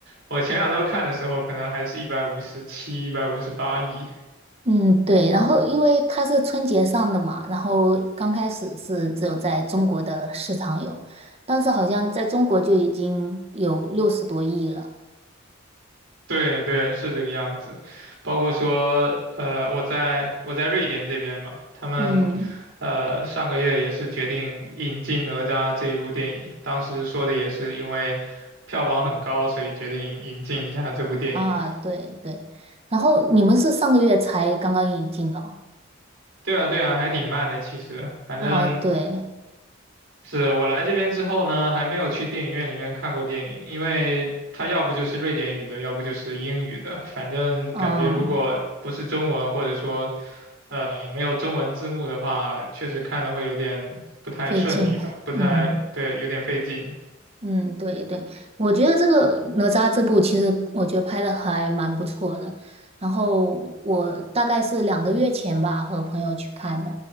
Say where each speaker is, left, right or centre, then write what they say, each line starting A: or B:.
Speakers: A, on the right; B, on the right.
A: 我前两周看的时候，可能还是一百五十七、一百五十八亿。
B: 嗯，对，然后因为它是春节上的嘛，然后刚开始是只有在中国的市场有，但是好像在中国就已经有六十多亿了。
A: 对对，是这个样子。包括说，呃，我在我在瑞典这边嘛，他们，
B: 嗯，
A: 呃，上个月也是决定引进《哪吒》这一部电影。当时说的也是因为票房很高，所以决定引进一下这部电影。
B: 啊，对对，然后你们是上个月才刚刚引进的哦。
A: 对啊，对啊，还挺慢的。其实，反正
B: 啊对，
A: 是我来这边之后呢，还没有去电影院里面看过电影，因为它要不就是瑞典语的，要不就是英语的。反正感觉如果不是中文，
B: 嗯，
A: 或者说呃，没有中文字幕的话，确实看的会有点不太顺利吧，
B: 费劲，<laughs>
A: 不太，
B: 嗯。
A: 对，有点费劲。
B: 嗯，对对，我觉得这个哪吒这部其实我觉得拍的还蛮不错的。然后我大概是两个月前吧和朋友去看的，